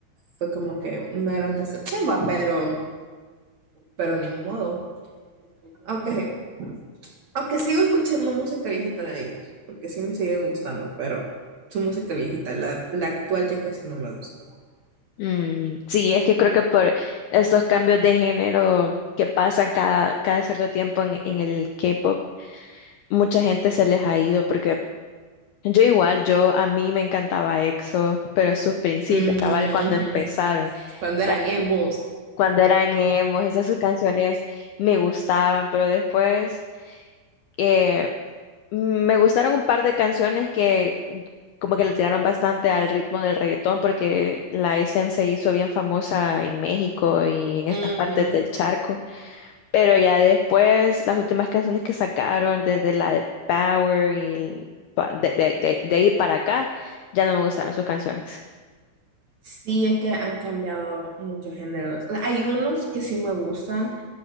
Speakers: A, on the right; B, on the left.
A: fue como que una gran decepción, va, pero, pero ni modo. Aunque, aunque sigo escuchando música viejita de ellos, porque sí me sigue gustando, pero su música viejita, la, la actual ya casi no me gusta.
B: Mm, sí, es que creo que por estos cambios de género que pasan cada, cada cierto tiempo en, en el K-pop, mucha gente se les ha ido porque Yo igual, yo a mí me encantaba EXO, pero sus principios,
A: Mm,
B: cabal, cuando
A: ujú.
B: empezaron,
A: Cuando eran
B: la-
A: emos.
B: cuando eran emos, esas sus canciones me gustaban, pero después eh, me gustaron un par de canciones que como que le tiraron bastante al ritmo del reggaetón, porque la SM se hizo bien famosa en México y en
A: Ujú.
B: estas partes del charco. Pero ya después, las últimas canciones que sacaron, desde la de Power y el- pa- de, de- de- de ahí para acá, ya no me gustaron sus canciones.
A: Sí, es que han cambiado muchos géneros. O sea, Hay unos que sí me gustan,